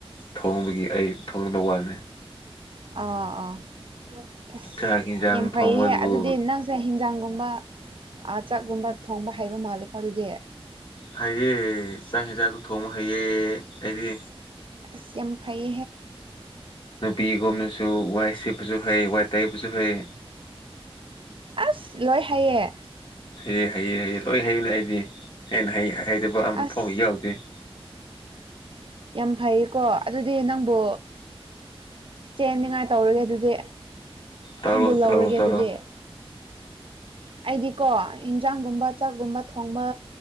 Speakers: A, on the left; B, on the right.
A: ꯊꯣꯡꯕꯒꯤ ꯑꯩ ꯊꯣꯡꯕ ꯋꯥꯅꯤ
B: ꯑꯥ ꯑꯥ ꯑꯁ
A: ꯆꯥꯛ ꯌꯦꯟꯁꯥꯡ
B: ꯌꯥꯝ ꯐꯩꯌꯦꯍꯦ
A: ꯊꯣꯡꯕꯗꯨꯕꯨ
B: ꯑꯗꯨꯗꯤ ꯅꯪꯁꯦ ꯌꯦꯟꯖꯥꯡꯒꯨꯝꯕ ꯆꯥꯛꯀꯨꯝꯕ ꯊꯣꯡꯕ ꯍꯩꯕ ꯃꯥꯜꯂꯦꯀꯣ ꯑꯗꯨꯗꯤ
A: ꯍꯥꯏꯩꯑꯦ ꯆꯥꯛ ꯍꯟꯁꯥꯛꯁꯨ ꯊꯣꯡꯉ ꯍꯩꯑꯦ ꯑꯩꯗꯤ
B: ꯍ ꯁꯦꯝꯝ ꯐꯩ
A: ꯅꯨꯄꯤꯒꯨꯝꯅꯁꯨ ꯋꯥꯏ ꯁꯤꯕꯨꯁꯨ ꯍꯩ ꯋꯥ ꯇꯥꯏꯕꯁꯨ ꯍꯩ
B: ꯑꯁ ꯂꯣꯏ ꯍꯥꯏꯌꯦ
A: ꯍꯩꯌꯦ ꯍꯩꯌꯦ ꯍꯌꯦ ꯂꯣꯏ ꯍꯩꯨꯅꯦ ꯑꯩꯗꯤ ꯑꯩꯅ ꯍꯩꯇꯕ ꯑꯃꯐꯥꯎꯕ
B: ꯑꯁ
A: ꯌꯥꯎꯗ꯭ꯦ <unintelligible>
B: ꯌꯥꯝ ꯐꯩꯌꯦꯀꯣ ꯑꯗꯨꯗꯤ ꯅꯪꯕꯨ ꯆꯦꯟ ꯅꯤꯡꯉꯥꯏ ꯇꯧꯔꯒꯦ ꯑꯗꯨꯗꯤ
A: ꯇꯧꯔꯣ
B: ꯅꯪꯕꯨ ꯂꯧꯔꯒꯦ
A: ꯇꯧꯔꯣ ꯇꯧꯔꯣ
B: ꯑꯗꯨꯗꯤ ꯑꯩꯗꯤꯀꯣ ꯏꯟꯖꯥꯡꯒꯨꯝꯕ ꯆꯥꯛꯒꯨꯝꯕ ꯊꯣꯡꯕ